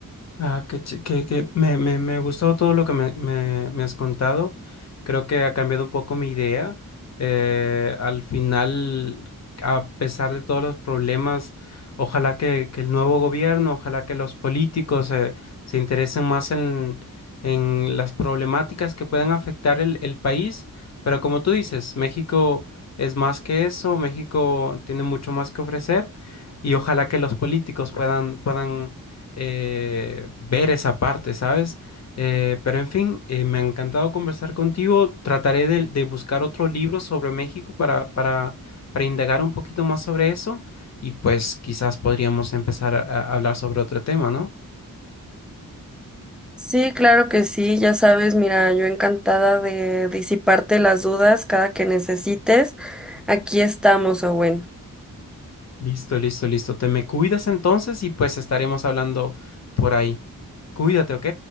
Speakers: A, on the left; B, in the centre.
A: Ah, que, que, me, me, me ha gustado todo lo que me, me, me has contado. Creo que ha cambiado un poco mi idea. Eh, al final, a pesar de todos los problemas, ojalá que, que el nuevo gobierno, ojalá que los políticos eh, se interesen más en, en las problemáticas que puedan afectar el, el país. Pero como tú dices, México es más que eso, México tiene mucho más que ofrecer y ojalá que los políticos puedan, puedan eh, ver esa parte, ¿sabes? Eh, pero en fin, eh, me ha encantado conversar contigo. Trataré de, de buscar otro libro sobre México para, para, para indagar un poquito más sobre eso y pues quizás podríamos empezar a, a hablar sobre otro tema, ¿no?
B: Sí, claro que sí, ya sabes, mira, yo encantada de disiparte las dudas cada que necesites. Aquí estamos, Owen.
A: Listo, listo, listo. Te me cuidas entonces y pues estaremos hablando por ahí. Cuídate, ¿ok?